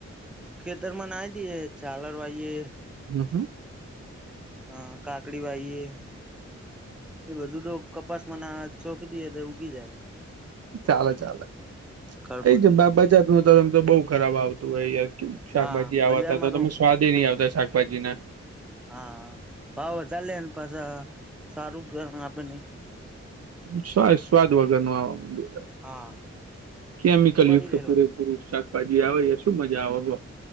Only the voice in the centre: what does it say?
ખેતરમાં ના દીએ ચાલર વાઈએે
હા કાકડી વાાઈએ. એ બધું તો કપાસમાં છોપી દેએ તો ઉગી જાય.
ઘર
પૂરતી
હા બજારમાં
હા પાાવ ચલેને પાછ સારુંપિયા આપેને
હા
પડી
રહેલો